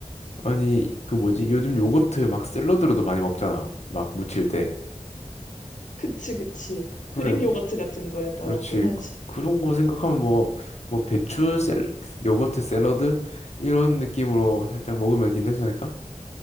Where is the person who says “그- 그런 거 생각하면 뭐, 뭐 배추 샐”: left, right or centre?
Left